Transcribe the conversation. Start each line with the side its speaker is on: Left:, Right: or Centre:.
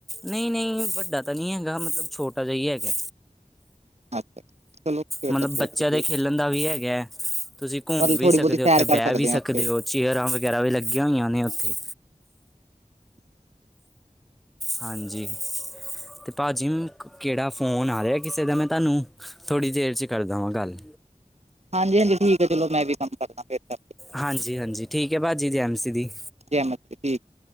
Centre: ਨਈ-ਨਈ ਵੱਡਾ ਤਾਂ ਨਈ ਹੈਗਾ ਮਤਲਬ ਛੋਟਾ ਜੇਹਾ ਈ ਹੈਗਾ।
Right: ਅੱਛਾ ਚਲੋ। ਫਿਰ
Centre: ਮਤਲਬ
Right: ਤਾਂ ਬਹੁਤ
Centre: ਬੱਚੇਆਂ
Right: ਵਧੀਆ
Centre: ਦੇ ਖੇਲਣ ਦਾ ਵੀ ਹੈਗਾ, ਤੁਸੀਂ ਘੁੰਮ
Right: ਮਤਲਬ
Centre: ਵੀ
Right: ਥੋੜ੍ਹੀ
Centre: ਸਕਦੇ
Right: ਬਹੁਤੀ
Centre: ਓ
Right: ਸੈਰ
Centre: ਓਥੇ
Right: ਕਰ
Centre: ਬੇਅ ਵੀ
Right: ਹਾਂ
Centre: ਸਕਦੇ
Right: ਉੱਥੇ
Centre: ਓ। ਚੇਅਰਾਂ ਵਗੈਰਾ ਵੀ ਲੱਗੀਆਂ ਹੋਈਆਂ ਨੇ ਉੱਥੇ। ਹਾਂਜੀ। ਤੇ ਭਾਜੀ ਕਿਹੜਾ ਫੋਨ ਆ ਰਿਆ ਕਿਸੇ ਦਾ ਮੈਂ ਤੁਹਾਨੂੰ ਥੋੜ੍ਹੀ ਦੇਰ ਚ ਕਰਦਾ ਵਾਂ ਗੱਲ।
Right: ਹਾਂਜੀ, ਹਾਂਜੀ ਠੀਕ ਹੈ ਚਲੋ, ਮੈਂ ਵੀ ਕੰਮ ਕਰਦਾ ਫਿਰ ਤਾਂ
Centre: ਹਾਂਜੀ-ਹਾਂਜੀ ਠੀਕ ਐ ਭਾਜੀ ਜੀ ਐਮ ਸੀ ਦੀ।
Right: <inaudible>